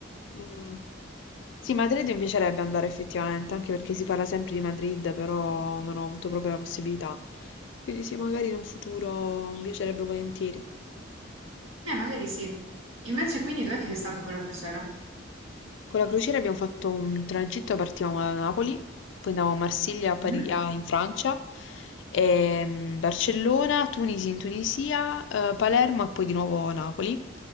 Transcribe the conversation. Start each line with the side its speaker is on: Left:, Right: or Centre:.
Left: Mm. Sì, Madrid mi piacerebbe andare effettivamente, anche perché si parla sempre di Madrid, però non ho avuto proprio la possibilità. Quindi sì, magari in un futuro mi piacerebbe volentieri.
Right: Eh, magari sì. Invece quindi dov'è che sei stata quella crociera?
Left: Con la crociera abbiamo fatto un tragitto, partivamo da Napoli, poi andavamo a Marsiglia, a Pari-
Right: Mhm.
Left: ah, in Francia, ehm, Barcellona, Tunisi in Tunisia, eh, Palermo e poi di nuovo Napoli.